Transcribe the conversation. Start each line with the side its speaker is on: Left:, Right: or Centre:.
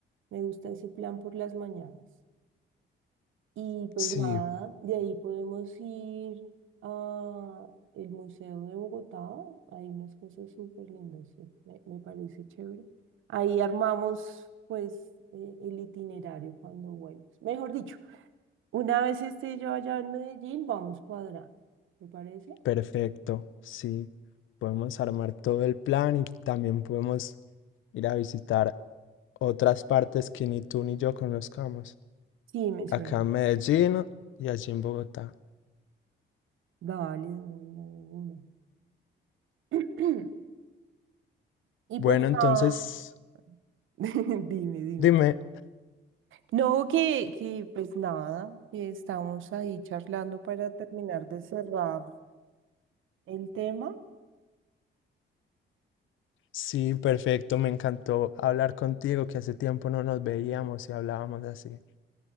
Right: Me gusta ese plan por las mañanas. Y pues
Left: Sí,
Right: nada, de ahí podemos ir a el Museo de Bogotá. Hay unas cosas súper lindas, sí, me, me parece chévere. Ahí armamos pues eh, el itinerario cuando vuelvas. Mejor dicho, una vez esté yo allá en Medellín, vamos cuadrando. ¿Te parece?
Left: perfecto. Sí, podemos armar todo el plan y también podemos ir a visitar otras partes que ni tú ni yo conozcamos.
Right: Sí, me suena.
Left: Acá en Medellín y allí en Bogotá.
Right: Dale, de una, de una. <clears throat> Y
Left: Bueno,
Right: pues
Left: entonces,
Right: nada, <laughs> dime, dime.
Left: dime.
Right: No, que, que pues nada, que estamos ahí charlando para terminar de cerrar el tema
Left: Sí, perfecto, me encantó hablar contigo, que hace tiempo no nos veíamos y hablábamos así.